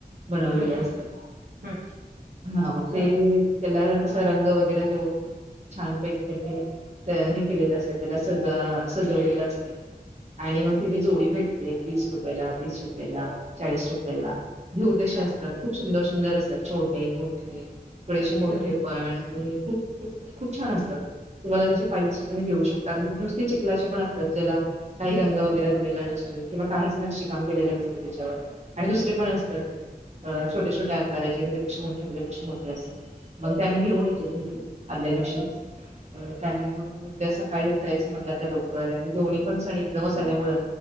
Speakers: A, on the right; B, on the right.
A: बनवलेले
B: हम्म
A: असतात
B: हम्म हम्म
A: हा मग ते
B: हम्म
A: त्याला कसा रंग वगैरे देऊन छानपैकी त्यानी हे केलेलं असते त्याला सज सजवलेलं असते. आणि मग ति जोडी भेटते वीस रुपयला तीस रुपयेला चाळीस रुपयाला घेऊ तसे
B: हा
A: असतात खूप सुंदर सुंदर असतात छोटे मोठे थोडेसे मोठे
B: हम्म हम्म
A: पण आणि खूप खूप खूप छान असतात. तुम्हाला जसे पाहिजे तसें तुम्ही घेऊ शकता नुसते चिखलाचे पण असता ज्याला काही रंग वैगरे
B: हम्म
A: दिलेला नसतो. किंवा काहीच नक्षी काम केलेलं नसत त्याच्यावर आणि दुसरे पण
B: हम्म हम्म
A: असतात. छोट्या छोट्या आकारा ज त्याच्यापेक्षा मोठे त्याच्यापेक्षा मोठे असे मग त्या आमी घेऊन येतो घे आदल्या दिवशी. मग उद्या सकाळी उठायचं म्हणलं तर लवकर आणि दोन्ही पण सण एकदमच आल्यामुळे